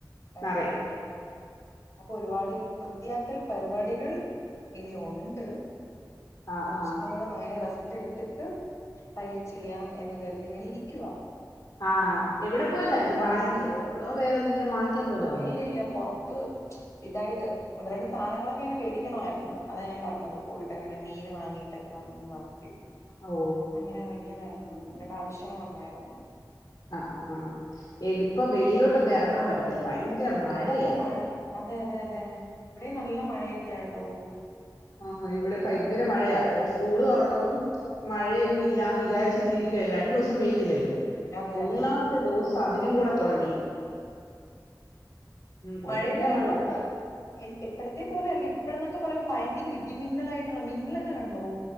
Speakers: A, on the left; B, on the left.
A: അതെ
B: നറയും
A: അതെ അപ്പൊ ഒരുപാടിനി വൃത്തിയാക്കൽ പരിപാടികൾ ഇനിയുണ്ട്
B: ആ
A: കൊറച്ചുനേരം
B: ആ.
A: അങ്ങനെ റെസ് എടുത്തിട്ട് പയ്യെ ചെയ്യാം എന്ന് കരുതി ഇങ്ങനെ ഇരിക്കുവാ
B: ആഹ് എവിടെപ്പോയതായിരുന്നു ബാങ്കിലോ അതോ വേറെന്തെങ്കിലും വാങ്ങിക്കാൻ പോയതാണോ?
A: ഇല്ലില്ല പൊറത്ത് ഇതായിട്ട് ഒന്ന് രണ്ട് സാനങ്ങളൊക്കിങ്ങനെ മേടിക്കണവായിരുന്നു അതാ ഞാൻ പറഞ്ഞത് പോയിട്ടങ്ങെ മീന് വാങ്ങീട്ടൊക്കെ വന്നുന്ന് പറഞ്ഞു
B: ഓ!
A: അങ്ങനെ ഇറങ്ങിയതായിരുന്നു ഒന്ന് രണ്ടാവശ്യങ്ങളുണ്ടായിരുന്നു
B: ആ ആ ഇതിപ്പൊ വെളിയിലോട്ടൊന്നും ഇറങ്ങാൻ പറ്റത്തില്ല ഭയങ്കര മഴയാ.
A: ഭയങ്കര മഴ അതെ അതെ അതെ ഇവിടേം നല്ല മഴയൊക്കെയാട്ടോ
B: ആഹ് ഇവിടെ ഭയങ്കര മഴയാ സ്കൂള്
A: അതും
B: തൊറന്നപ്പം മഴയൊന്നും ഇല്ലാന്ന് വിചാരിച്ചിങ്ങനെ ഇരിക്കുവായിരുന്നു രണ്ടുദിവസം പെയ്തില്ലല്ലോ
A: അതെ
B: മൂന്നാമത്തെ
A: അതെ
B: ദിവസം അതിനുംകൂടെ തൊടങ്ങി ഭയങ്കര
A: മഴയെന്ന് പറയുമ്പം
B: മഴ
A: എപ്പഴ ത്തേം പോലെയല്ല ഇപ്പളെന്നെക്കെ പറയുമ്പൊ ഭയങ്കര ഇടിമിന്നലായിട്ടുള്ള മിന്നലൊക്കെ കണ്ടോ